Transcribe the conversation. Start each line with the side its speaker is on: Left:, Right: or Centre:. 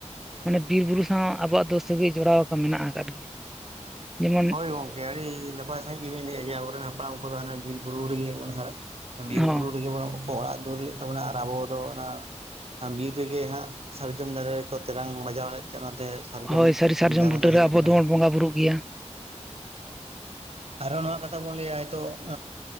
Centre: ᱢᱟᱱᱮ ᱵᱤᱨ ᱵᱩᱨᱩ ᱥᱟᱶ ᱟᱵᱚᱣᱟᱜ ᱫᱚ ᱥᱟᱹᱜᱟᱹᱭ ᱡᱚᱲᱟᱣ ᱟᱠᱟᱜ ᱢᱮᱱᱟᱜ ᱟᱠᱟᱫ ᱜᱮᱭᱟ᱾ ᱡᱮᱢᱚᱱ
Right: ᱦᱳᱭ ᱜᱚᱝᱠᱮ ᱟᱹᱰᱤ ᱱᱟᱯᱟᱭ ᱥᱟᱹᱦᱤᱡ ᱜᱮᱵᱮᱱ ᱞᱟᱹᱭᱮᱜᱼᱟ ᱡᱮ ᱟᱵᱚᱨᱮᱱ ᱦᱟᱯᱲᱟᱢ ᱠᱚᱫᱚ ᱦᱟᱱᱮ ᱵᱤᱨ ᱵᱩᱨᱩ ᱨᱮᱜᱮ ᱵᱚᱱ ᱦᱟᱨᱟᱜ ᱵᱤᱨ
Centre: ᱦᱚᱸ
Right: ᱵᱩᱨᱩ ᱨᱮᱜᱮ ᱵᱚᱱ ᱚᱲᱟᱜ ᱫᱩᱣᱟᱹᱨ ᱞᱮᱫ ᱛᱟᱵᱚᱱᱟ ᱟᱨ ᱟᱵᱚ ᱫᱚ ᱚᱱᱟ ᱵᱤᱨ ᱨᱮᱜᱮ ᱦᱟᱸᱜ ᱥᱟᱨᱡᱚᱢ ᱫᱟᱨᱮ ᱨᱮᱠᱚ ᱛᱮᱨᱟᱝ ᱵᱟᱡᱟᱣ ᱞᱮᱫ ᱛᱮ ᱚᱱᱟᱛᱮ ᱥᱟᱨᱡᱚᱢ
Centre: ᱦᱳᱭ ᱥᱟᱹᱨᱤ
Right: ᱧᱩᱛᱩᱢ
Centre: ᱥᱟᱨᱡᱚᱢ
Right: ᱫᱟᱨᱮ
Centre: ᱵᱩᱴᱟᱹᱨᱮ
Right: ᱫᱚ ᱦᱮᱡ
Centre: ᱟᱵᱚ
Right: ᱟᱠᱟᱱᱟ᱾
Centre: ᱫᱚᱵᱚᱱ ᱵᱚᱸᱜᱟ ᱵᱩᱨᱩᱜ ᱜᱮᱭᱟ᱾
Right: ᱟᱨᱚ ᱦᱚ ᱱᱚᱣᱟ ᱠᱟᱛᱷᱟ ᱵᱚᱱ ᱞᱟᱹᱭᱟ ᱱᱤᱛᱚᱜ